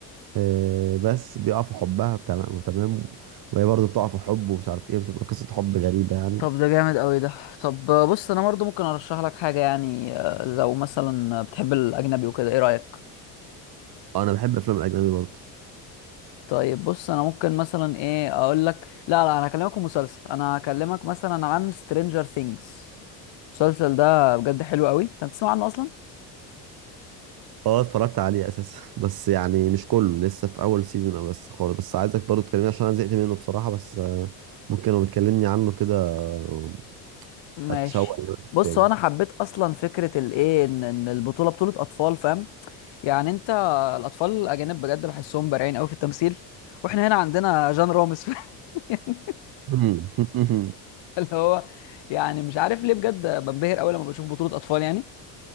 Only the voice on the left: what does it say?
طب ده جامد قوي ده طب آه، بص انا برضه ممكن ارشح لك حاجه يعني آه، لو مثلا بتحب الاجنبي وكده ايه رايك
طيب بص انا ممكن مثلا ايه اقول لك لا لا انا هكلمك في مسلسل انا هكلمك مثلا عن سترينجر ثينجز المسلسل ده بجد حلو قوي انت بتسمع عنه اصلا
ماشي
بص
هو انا حبيت اصلا فكره الايه ان ان البطوله بطوله اطفال فاهم يعني انت الاطفال الاجانب بجد بحسهم بارعين قوي في التمثيل واحنا هنا عندنا جان رامز <laughs> يعني
اللي هو يعني مش عارف ليه بجد بنبهر قوي لما بشوف بطوله اطفال يعني